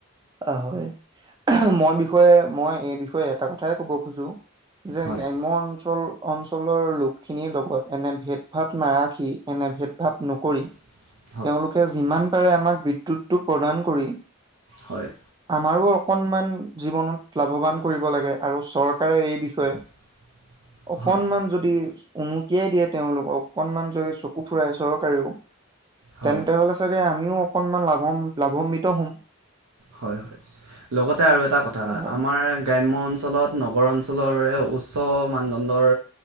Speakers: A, on the right; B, on the right.
A: অ' হয়, মই বিষয়ে মই এই বিষয়ে এটা কথাই কব খোজো। যে
B: হয়
A: গ্ৰাম্য অঞ্চল অঞ্চলৰ লোকখিনিৰ লগত এনে ভেদভাৱ নাৰাখি, এনে ভেদভাৱ নকৰি।
B: <inaudible>
A: তেওঁলোকে যিমান পাৰে, আমাক বিদ্যুতটো প্ৰদান কৰি
B: হয়'।
A: আমাৰো অকনমান জীৱনত লাভৱান কৰিব লাগে, আৰু চৰকাৰে এই বিষয়ে
B: <inaudible>
A: অকনমান
B: হয়
A: যদি উমুকিয়াই দিয়ে তেওঁলোকক, অকনমান যদি চকু ফুৰাই চৰকাৰেও,
B: হয়
A: তেন্তেহলে চাগে আমিও অকনমান লাভম, লাভন্বিত হম।
B: হয়', হয়', লগতে আৰু এটা কথা,
A: হয়
B: আমাৰ গ্ৰাম্য অঞ্চলত, নগৰ অঞ্চলৰৰে উচ্চ মানদণ্ডৰ